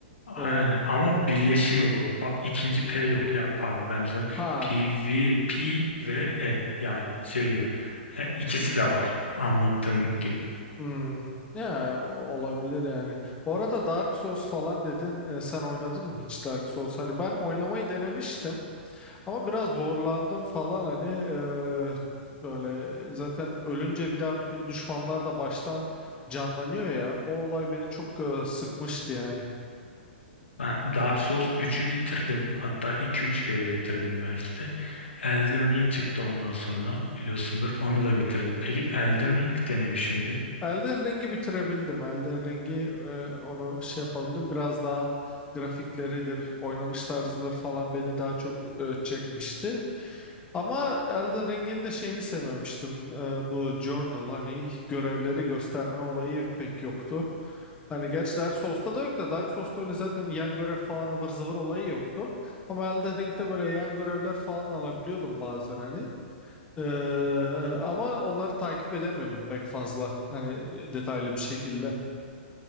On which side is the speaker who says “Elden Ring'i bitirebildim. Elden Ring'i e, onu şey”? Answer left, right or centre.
Left